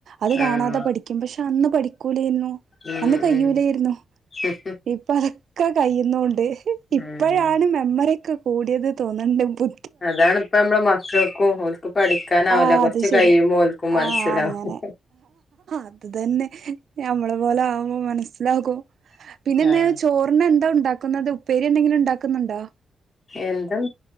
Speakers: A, on the right; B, on the left.
A: അത് കാണാതെ
B: ആഹ്
A: പഠിക്കും. പക്ഷെ അന്ന് പഠിക്കൂലേയ്ന്നു.
B: ഉം
A: അന്ന് കയ്യൂലോയി
B: ഉം
A: ര്ന്നു.
B: <unintelligible>
A: ഇപ്പ അതൊക്കെ കഴിയുന്നൂണ്ട്. ഇപ്പഴാണ്
B: ഉം
A: ന്ന മെമ്മറി യൊക്കെ കൂടിയത് തോന്ന്ണ്ട്. ബു
B: അതാണ് പ്പം അമ്മളെ മക്കൾക്കും. ഓൽക്ക് പഠിക്കാനാവില്ല.
A: ആഹ്
B: കൊർച്ച്
A: അത് ശരി
B: കയ്യിമ്പ ഓൽക്കും മൻസ്സിലാവും.
A: ആഹ് അങ്ങനെ അത് തന്നെ. യമ്മളെ പോലെ ആവുമ്പം മൻസ്സിലാവും. പിന്നെ എന്താ
B: ആഹ്
A: ചോറ്‌ന് എന്താ ഉണ്ടാക്കുന്നത്. ഉപ്പേരി എന്തെങ്കിലും ണ്ടാക്കുന്നുണ്ടൊ?
B: എന്തും.